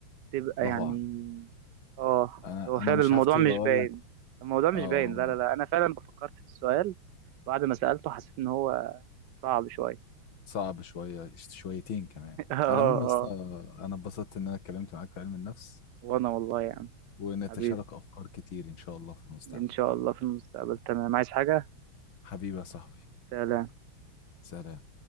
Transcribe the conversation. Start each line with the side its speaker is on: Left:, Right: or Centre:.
Right: تبقى
Left: الله
Right: يعني
Left: اعلم
Right: اه
Left: انا
Right: هو
Left: انا
Right: فعلا
Left: مش
Right: الموضوع
Left: هفتي
Right: مش
Left: واقول
Right: باين
Left: لك
Right: الموضوع مش
Left: اه
Right: باين
Left: هو
Right: لا لا لا انا فعلا فكرت في السؤال بعد ما سألته حسيت ان هو صعب شويه
Left: صعب شويه شويتين كمان
Right: <laughs> اه
Left: على العموم يا اسطى
Right: اه
Left: انا اتبسطت ان انا اتكلمت معاك في علم النفس
Right: وانا والله يا عم
Left: ونتشارك
Right: حبيبي
Left: افكار كتير ان شاء الله في المستقبل
Right: ان شاء الله في المستقبل تمام عايز حاجة
Left: حبيبي يا صاحبي
Right: سلام
Left: سلام